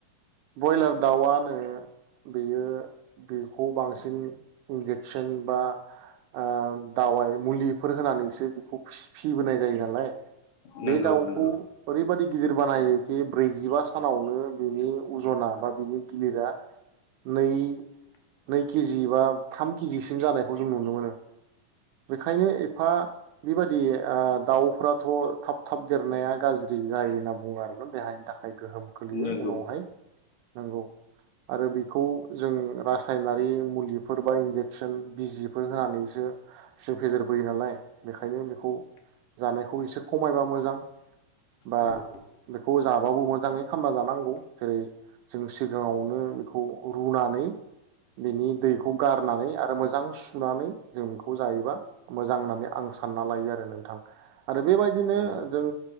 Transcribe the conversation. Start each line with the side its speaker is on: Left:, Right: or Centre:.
Right: ब्रयलार दाउआनो बेयो बेखौ बांसिन इन्जेकसन बा ओ दावाइ मुलिफोर होनानैसो बेखौ फिसिबोनाय जायो ना लाय बे
Left: नंगौ
Right: दाउखौ
Left: नंगौ
Right: ओरैबादि गिदिर बानायो ब्रैजिबा सानावनो बिनि अजना बा बिनि गिलिरा नै नै केजि बा थाम केजिसिम जानायखौ जों नुनो मोनो ओंखायनो एफा बेबादि ओ दाउफथ थाब थाब देरनाया गाज्रि जायो होनना बुङो आरो देहानि थाखाय गोहोम खोलैयो
Left: नंगौ
Right: उनावहाय नंगौ आरो बेखौ जों रासायनारि मुलिफोर बा इनजेकसन बिजिफोर होनानैसो जों फेदेरबोयो नालाय बेखायनो बेखौ जानायखौ एसे खमायबा मोजां बा
Left: नंगौ
Right: बेखौ जाबाबो मोज मोजाङै खामना जानांगौ जेरै जों सिगाङावनो बेखौ रुनानै बिनि दैखौ गारनानै आरो मोजां सुनानै जों बेखौ जायोबा मोजां होननानै आं सानना लायो आरो नोंथां आरो बेबायदिनो
Left: नंगौ
Right: जों